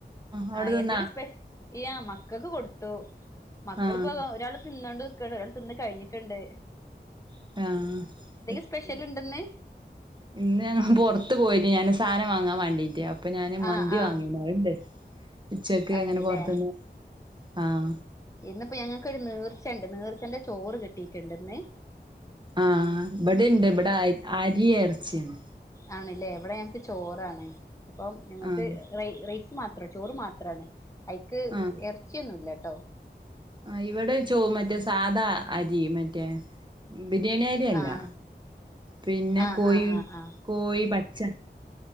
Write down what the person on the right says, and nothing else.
അവിടെ
തിന്നാ
ആഹ്
ആഹ്
ഇന്ന് ഞങ്ങ പൊർത്ത് പോയ്നി ഞാനാെര് സാനം വാങ്ങാം വാണ്ടീട്ട് അ പ്പം ഞാന് മന്തി
വാങ്ങീന്നു അത്ണ്ട് ഉച്ചക്ക് അങ്ങെനെ
പാെർത്ത്ന്ന് ആഹ്
ആഹ് ബെടിണ്ട് ബെടെ അയ് അരി എർച്ച്യാണ്
ആഹ്
ആഹ്
ആഹ് ഇവെടെ ചോ മറ്റേ സാധാ അരി മറ്റേ ബിര്യാണി അരിയല്ലാ
പിന്നെ
കോയാെയ്
കോയി പച്ച